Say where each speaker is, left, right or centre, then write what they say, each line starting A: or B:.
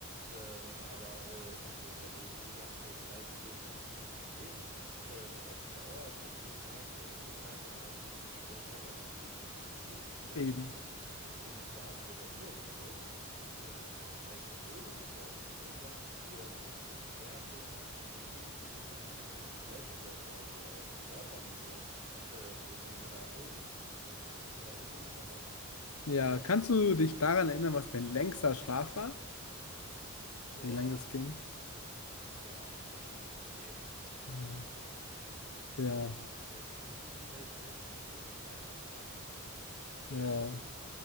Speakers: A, on the right (about 40°); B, on the left (about 80°).
A: Ähm, aber ähm, so, wenn du jede Nacht nur drei, vier, fünf Stunden schläfst, ähm, auf Dauer von jedem Tag, äh, jeden Tag aufs Neue wirst du schwächer, weil dir die Energie fehlt, die du ja
B: Eben.
A: eigentlich im Schlaf generieren sollst. Und dementsprechend mürbe bist du auch. Du bist unkonzentriert, äh, du bist fertig, dir geht's nicht gut, dir wird sogar schlecht. Du hast also auch körperliche äh, Probleme dadurch. Und das ist keine schöne Sache.
B: Ja, kannst du dich daran erinnern, was dein längster Schlaf war?
A: Boah.
B: wie lange das ging.
A: Boah, nee, nee. Also,
B: Hm.
A: <laughs> weiß nicht,
B: Ja,
A: zwölf Stunden vielleicht, 13 Stunden, ich weiß es, äh, also nee. <laughs>
B: ja.
A: Gar nicht.